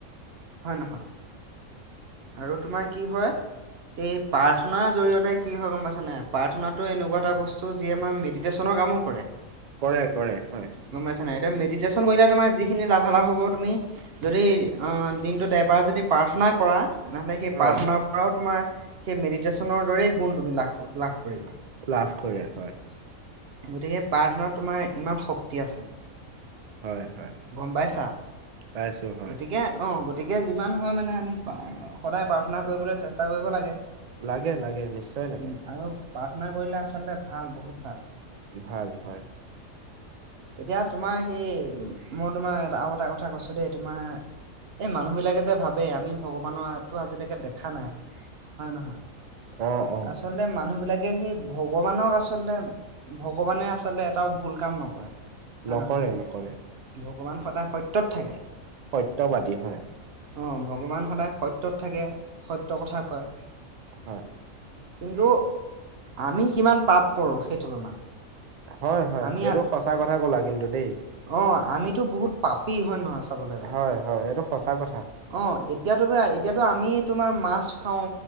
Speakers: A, on the right; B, on the right.
A: হয় নহয়? আৰু তোমাৰ কি হয় এই প্ৰাৰ্থনাৰ জৰিয়তে কি হয় গম পাইছানে, প্ৰাৰ্থনাটো এনেকুৱা এটা বস্তু যি আমাৰ ম মেডিটেশ্যনৰ কামো কৰে।
B: কৰে কৰে হয়।
A: গম পাইছা নাই, এতিয়া মেডিটেশ্যন কৰিলে তোমাৰ যিখিনি লাভালভ হ'ব তুমি যদি, দিনটোত এবাৰ যদি প্ৰাৰ্থনা কৰা, তেনেহ'লে সেই
B: হয়
A: প্ৰাৰ্থনাৰ পৰাও তোমাৰ সেই মেডিটেচনৰ দৰেই গুণ তুমি লাভ, লাভ কৰিবা।
B: লাভ কৰে হয়।
A: গতিকে প্ৰাৰ্থনাত তোমাৰ ইমান শক্তি আছে।
B: হয় হয়
A: গম পাইছা,
B: পাইছো হয়
A: গতিকে অ' গতিকে যিমান হয় মানে আমি সদায় প্ৰাৰ্থনা কৰিবলৈ চেষ্টা কৰিব লাগে।
B: লাগে লাগে নিশ্চয় লাগে।
A: উম আৰু প্ৰাৰ্থনা কৰিলে আচলতে ভাল, বহুত ভাল।
B: ভাল হয়।
A: এতিয়া তোমাৰ সেই, মই তোমাৰ এ আৰু এটা কথা কৈছো দেই তোমাৰ এই মানুহবিলাকে যে ভাবে, আমি ভগৱানৰটো আজিলৈকে দেখা নাই। হয় নহয়,
B: অ অ
A: আচলতে মানুহ বিলাকে সেই ভগৱানক আচলতে ভগৱানে আচলতে এটাও ভুল কাম নকৰে, হয়
B: নকৰে
A: নহয়?
B: নকৰে
A: ভগৱান সদায় সত্যত থাকে।
B: সত্যবাদী হয়।
A: অ' ভগৱান সদায় সত্যত থাকে, সত্য কথা কয়।
B: হয়।
A: কিন্তু, আমি কিমান পাপ কৰোঁ সেই তুলনাত।
B: হয় হয়,
A: আমি
B: এইটো সঁচা কথা ক'লা কিন্তু দেই।
A: অ', আমিতো বহুত পাপি হয় নহয় চাবলৈ গ'লে?
B: হয় হয়, সেইটো সঁচা কথা।
A: অ' এতিয়াতো, এতিয়াতো আমি তোমাৰ মাছ খাওঁ,